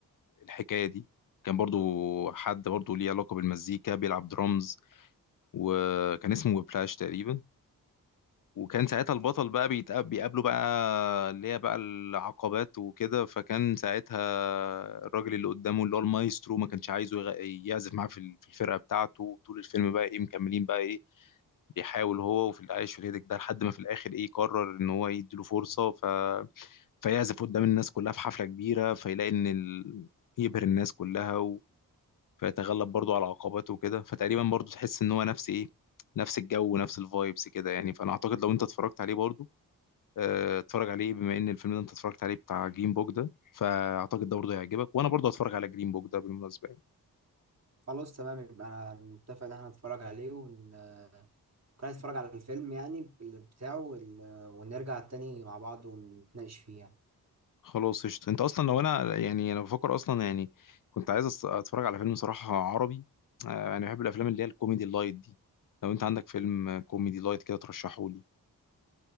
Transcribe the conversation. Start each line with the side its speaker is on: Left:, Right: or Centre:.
Left: الحكايه دي كان برضو حد برضو ليه علاقه بالمزيكا بيلعب درامز وكان اسمه بلاش تقريبا وكان ساعتها البطل بقى بيتقاب بيقابله بقى اللي هي بقى العقبات وكده فكان ساعتها الراجل اللي قدامه اللي هو المايسترو ما كانش عايزه يغ- يعزف معاه في ال- في الفرقة بتاعته طول الفيلم بقى ايه مكملين بقى ايه بيحاول هو وفي العيش في الهيدك ده لحد ما في الاخر ايه قرر ان هو يديله فرصة ف... فيعزف قدام الناس كلها في حفلة كبيرة فيلاقي ان ال... يبهر الناس كلها و... فيتغلب برضه على عقباته وكده فتقريبا برضه تحس ان هو نفس ايه نفس الجو ونفس الفايبس كده يعني فانا اعتقد لو انت اتفرجت عليه برضه آه، اتفرج عليه بما ان الفيلم ده انت اتفرجت عليه بتاع جرين بوك ده فاعتقد ده برضه هيعجبك وانا برضه هتفرج على جرين بوك ده بالمناسبه يعني
Right: خلاص تمام يبقى انا متفق ان احنا نتفرج عليه ون كنا نتفرج على الفيلم يعني بال- بتاعه وال- ونرجع تاني مع بعض ونتناقش فيه يعني
Left: خلاص قشطه انت اصلا لو انا يعني انا بفكر اصلا يعني كنت عايز أس- اتفرج على فيلم صراحه عربي آه، انا بحب الافلام اللي هي الكوميدي اللايت دي لو انت عندك فيلم آه، كوميدي لايت كده ترشحه لي